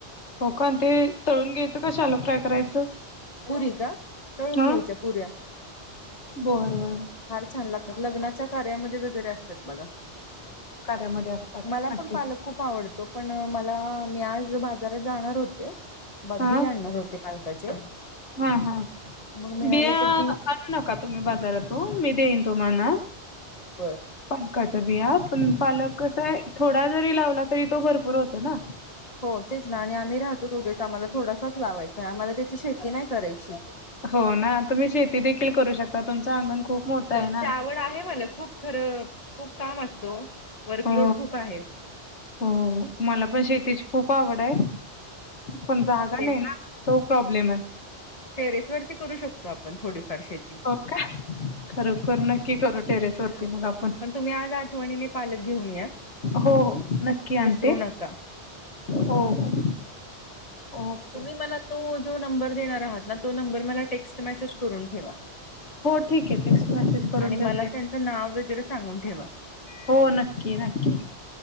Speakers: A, on the left; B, on the left.
A: हो का ते तळून घ्यायचं का शालक फ्राय करायचं.
B: पुरी का तळून
A: हा.
B: घ्यायच्या पुऱ्या.
A: बर बर बर
B: फार छान लागतात लग्नाच्या कार्यामध्ये वगैरे असतात बघा.
A: मध्ये असतात.
B: मला
A: नक्कीच
B: पण पालक खूप आवडतो पण मला मी आज बाजारात जाणार होते. ब
A: हा
B: बी आणणार होते पालकाचे.
A: हा हा
B: मग मिळाले
A: बिया
B: तर बी
A: आणू नका तुम्ही बाजारातून मी देईन तुम्हाना.
B: बरं.
A: पणकाच्या बिया पण पालक कसा आहे थोडा जरी लावला तरी तो भरपूर होतो ना.
B: <inaudible> हो तेच ना आणि आम्ही राहतो दोघेच आम्हाला थोडासाच लावायचा आहे आम्हाला त्याची शेती नाही करायची.
A: हो ना तुम्ही शेती देखील करू शकता तुमचं अंगण खूप. मोठं
B: त
A: आहे ना.
B: आवड आहे मला खूप खरं खूप काम असतो वर्कलोड
A: हो
B: खूप आहे.
A: हो मला पण शेतीची खूप आवड आहे. पण जागा
B: ते
A: नाही ना तो प्रॉब्लेम आहे.
B: टेरेस वरती करू शकतो आपण थोडीफार शेती.
A: हो का खर करू नक्की करू टेरेस वरती मग आप.
B: पण तुम्ही आज आठवणीने पालक घेऊन या
A: हो हो नक्की
B: विसरू
A: आणते.
B: नका.
A: हो हो. ओके.
B: तुम्ही मला तो जो नंबर देणार आहात ना तो नंबर मला टेक्स्ट मेसेज करून ठेवा.
A: हो ठीक आहे टेक्स्ट मेसेज करून
B: <inaudible> आणि
A: ठेवते.
B: मला त्यांचं नाव वगैरे सांगून ठेवा.
A: हो नक्की नक्की.